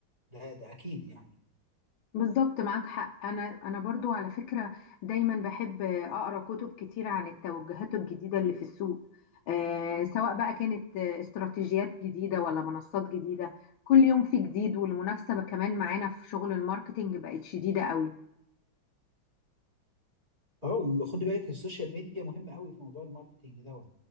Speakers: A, on the right; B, on the left.
A: ده ده أكيد يعني
B: بالظبط معاك حق انا انا برضو على فكره دايما بحب اقرا كتب كتيره عن التوجهات الجديده اللي في السوق آه سواء بقى كانت آه، استراتيجيات جديده ولا منصات جديده كل يوم في جديد والمنافسه كمان معانا في شغل الماركتينج بقت شديده قوي
A: اه وخدي بالك السوشيال ميديا مهمه قوي في موضوع الماركتينج دوت